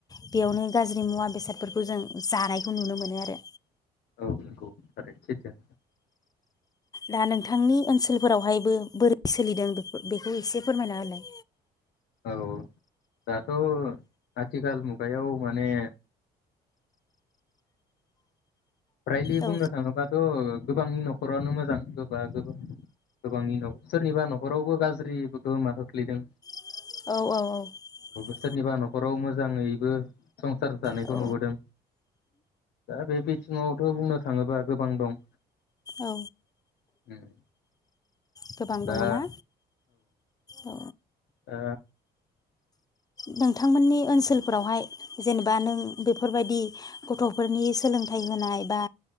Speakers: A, on the left; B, on the left.
A: बेयावनो गाज्रि मुवा बेसादफोरखौ जों जानायखौ नुनो मोनो आरो।
B: औ नंगौ थारैनो सैथो।
A: दा नोंथांनि ओनसोलफोरावहाय बो बोरै सोलिदों बे बेखौ एसे फोरमायना होलाय?
B: औ दाथ' आथिखाल मुगायाव माने फ्रायलि बुंनो
A: औ
B: थाङोबाथ' गोबांनि न'खरानो मोजां गोबा गोबा गोबांनि नख सोरनिबा नखरावबो गाज्रि गोहोमा खोख्लैदों।
A: औ औ औ
B: सोरनिबा न'खराव मोजाङैबो संसार जानायखौ
A: औ
B: नुबोदों। दा बे बि थिंआवथ' बुंनो थाङोब्ला गोबां दं।
A: औ
B: उम
A: गोबां
B: दा
A: दङ' ना? औ
B: ओ
A: नोंथांमोननि ओनसोलफोरावहाय जेनेबा नों बेफोरबायदि गथफोरनि सोलोंथाइ होनाय बा